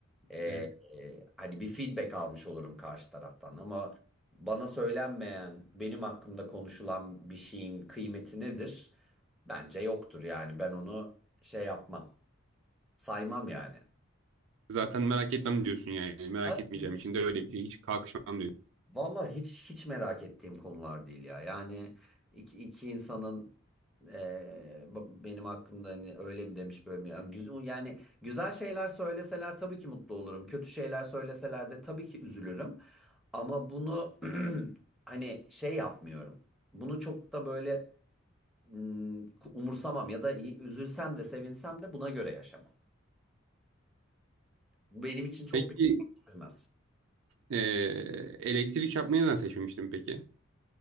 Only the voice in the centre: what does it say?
eee,
hani bir feedback almış olurum karşı taraftan. Ama bana söylenmeyen, benim hakkımda konuşulan bir şeyin kıymeti nedir? Bence yoktur yani. Ben onu şey yapmam, saymam yani.
Ay,
Valla hiç hiç merak ettiğim konular değil ya. Yani iki, iki insanın eee, b- benim hakkımda hani öyle mi demiş böyle mi? Yani, güz- yani güzel şeyler söyleseler tabii ki mutlu olurum. Kötü şeyler söyleseler de tabii ki üzülürüm. Ama bunu <clears throat> hani şey yapmıyorum. Bunu çok da böyle mm, umursamam ya da y- üzülsem de sevinsem de buna göre yaşamam. Bu benim için çok
bir şey değiştirmez.